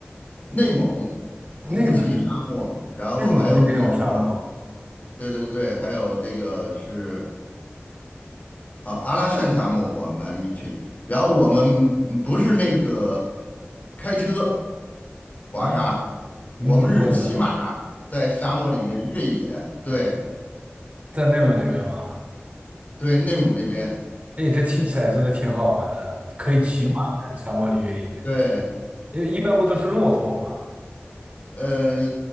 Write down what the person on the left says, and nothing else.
内蒙库布齐沙漠，
然后还有那个，
对对对，还有这个是啊阿拉善沙漠，我们还没去。然后我们嗯不是那个开车滑沙，
我们是骑马在沙漠里面越野，对
对，内蒙那边。
对，
呃，